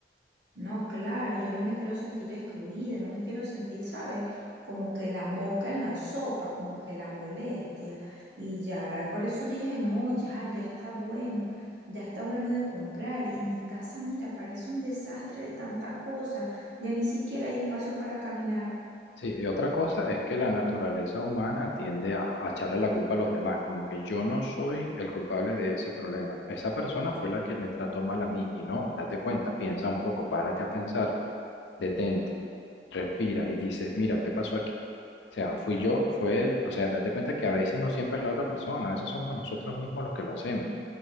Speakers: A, on the right; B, on the left.
A: No, claro, yo no me quiero sentir excluida, no me quiero sentir, ¿sabes? Como que la mosca en la sopa, como que la molestia. Y ya, por eso dije, no, ya, ya está bueno, ya está bueno de comprar. Y mi casa, mira, parece un desastre de tanta cosa, ya ni siquiera hay espacio para caminar.
B: Sí, y otra cosa es que la naturaleza humana tiende a, a echarle la culpa a los demás, como que yo no soy el culpable de ese problema. Esa persona fue la que me trató mal a mí y no, date cuenta, piensa un poco, párate a pensar, detente, respira y dices, mira, ¿qué pasó aquí? O sea, fui yo, fue él, o sea, date cuenta que a veces no siempre es la otra persona, a veces somos nosotros mismos los que lo hacemos.